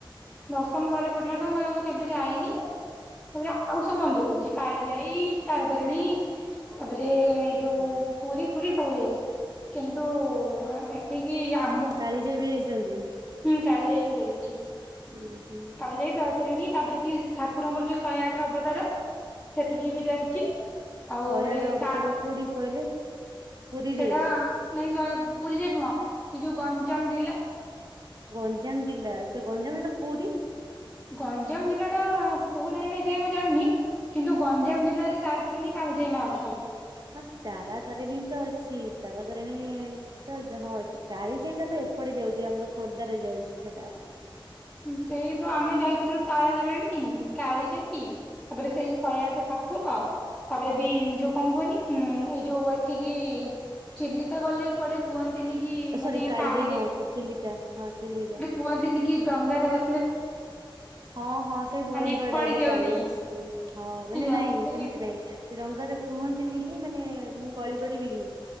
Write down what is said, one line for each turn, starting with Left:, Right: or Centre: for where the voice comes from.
Centre: ଦଶମ ପରେ ପଡ଼ିଲାଠୁ ମୁଁ କେବେ ଯାଇନି। ପୁ ଆଉ ସବ ମନ୍ଦ ବୁ <unintelligible> କାଳିଯାଇ ତାର ତରିିଣୀ। ତାପରେ ଏଇ ଯୋଉ
Right: ଆଛା
Centre: ପୁରୀ ଫୁରୀ ସବୁ ବୁଲିଚି। କିନ୍ତୁ ଏଠିକି ଆ
Right: କାଳି ଯାଇ ବି ଯାଇଚନ୍ତି?
Centre: ହୁଁ କାଳି ଯାଇ ବିି ଯାଇଚି।
Right: ହୁଁ ହୁଁ।
Centre: ଯାଇ ତାରାତାରିଣୀ ତାପରେ ବି ଠାକୁରଙ୍କର ଯୋଉ ଶହେ ଆଠ ଅବତାର ସେଠିକି ବି ଯାଇଚି। ଆଉ
Right: ଶହେ
Centre: ଗୋଟେ
Right: ଆଠ ଅବତାର
Centre: କା
Right: କୋଉଠି କହିଲେ ପୁରୀରେ
Centre: ସେଟା ନାଇଁ ଶହେ ପୁରୀରେ ନୁହଁ ଏ ଯୋଉ ଗଞ୍ଜାମ ଜିଲ୍ଳା।
Right: ଗଞ୍ଜାମ ଜିଲ୍ଲା ସେ ଗଞ୍ଜାମ ସେଟା କୋଉଠି?
Centre: ଗଞ୍ଜାମ ଜିଲ୍ଲା ଟା କୋଉ ଲାଇନ୍‌ ରେ ଯାଏ ମୁଁ ଜାଣିନି କିନ୍ତୁ ଗଞ୍ଜାମ ଜିଲ୍ଲାରେ ତାର ତାରିଣୀ କାଳିଜାଇ ମା ଅ
Right: ହଁ ତାରା ତାରିଣୀ ତ ଅଛି ତାରା ତାରିଣୀ ତ ଯାଁ ଅଛି କାଳିଯାଇ ଟା ତ ଏପଟେ ଯାଉଛି ଆମର ଖୋର୍ଦ୍ଧ ରେ ଯାଉଛି ସେଇଟା।
Centre: ସେଇ ତ ଆମେ ଯାଇଥିଲୁ ତାରା ତାରଣୀ କାଳିଯାଇ ତାପରେ ସେଇ ଶହେ ଅଠେ ଠା କୁର ତାପରେ ବି ଯୋଉ କଣ କୁହନି ଏଇ ଯୋଉ ଏଠିକି ଚିଲିକା ଗଲେ କୁଆଡେ କୁହନ୍ତିନି କି
Right: ସରି
Centre: ମାନେ
Right: କାଳିଜାଇ
Centre: ପାଣିରେ
Right: ହଁ ଚିଲିକା ହଁ ଚିଲିକା।
Centre: କୁହନ୍ତିନି କି ଡଙ୍ଗାରେ ବ
Right: ହଁ ହଁ ସେଇ ପରମ୍ପରା
Centre: ମାନେ ପଡିଯିବ
Right: ଟା ଏ ବି ଚାଲି
Centre: ବୋଲି
Right: ଆସିଛି ହଁ ମାନେ
Centre: ହେଲା
Right: ନାଇଁ
Centre: ସେଥିରେ
Right: ସେମିତି ନାଇଁ। ରଙ୍ଗରେ କୁହନ୍ତିନି କି ମାନେ ମୁଁ କଳି ପଡିବି କି